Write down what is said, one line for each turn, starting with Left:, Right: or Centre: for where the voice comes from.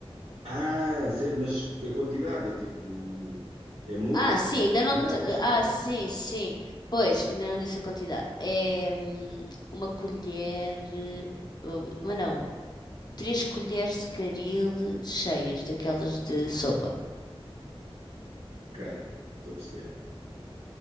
Right: Ah, certo, mas a quantidade é tipo. É muita,
Left: Ah, sim,
Right: 400
Left: ainda não
Right: gramas,
Left: te...
Right: 100
Left: Ah,
Right: gramas.
Left: sim, sim. Pois, ainda não disse a quantidade. É hum, uma colher. eh, oh, Mas não. Três colheres de caril cheias, daquelas de sopa.
Right: Ok, estou a perceber.